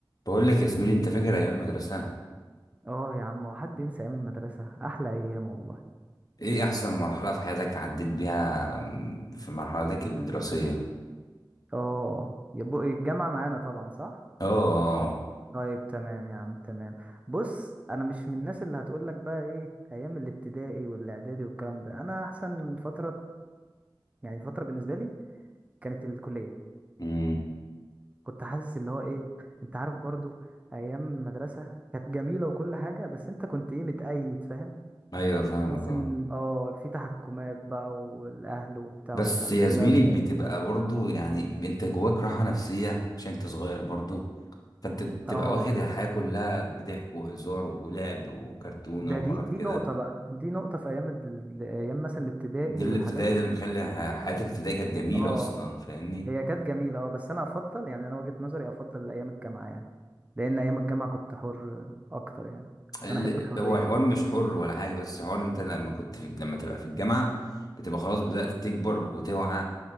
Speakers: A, on the left (about 45°); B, on the right (about 15°).
A: بقول لك يا زميلي انت فاكر ايام المدرسه
B: اه يا عم هو حد ينسى ايام المدرسة احلى ايام والله
A: ايه احسن مرحله في حياتك عديت بيها م، في مرحلتك الدراسيه
B: اه يبقى الجامعة معانا طبعا صح
A: اه اه
B: طيب تمام يا عم تمام بص انا مش من الناس اللي هتقولك بقى ايه ايام الابتدائي والاعدادي والكلام ده انا احسن فترة يعني فترة بالنسبة لي كانت الكلية
A: امم
B: كنت حاسس اللي هو ايه انت عارف برضو ايام المدرسة كانت جميلة وكل حاجة بس انت كنت ايه متقيد فاهم
A: ايوه فاهمك
B: لازم
A: اه
B: اه في تحكمات بقى والاهل وبتاع
A: بس
B: ومش عارف
A: يا زميلي
B: ايه بقى بتاع.
A: بتبقى برضو يعني انت جواك راحه نفسيه عشان انت صغير برضو فانت بتبقى
B: اه
A: واخد الحياه كلها بضحك وهزار ولعب وكرتون
B: ده
A: وحوارات
B: دي دي
A: كده
B: نقطة بقى دي نقطة في أيام ال- أيام مثلا الابتدائي
A: دي الابتدائي
B: والحاجات
A: ده اللي مخلي ح-
B: دي
A: حياه الابتدائي كانت جميله
B: اه
A: اصلا فاهمني
B: هي كانت جميلة اه بس أنا أفضل يعني أنا وجهة نظري أفضل أيام الجامعة يعني لأن أيام الجامعة كنت حر أكتر يعني
A: ال-
B: أنا أحب الحرية
A: هو الحوار مش حر ولا حاجة بس الحوار انت لما كنت في لما تبقى في الجامعة بتبقى خلاص بدأت تكبر وتوعى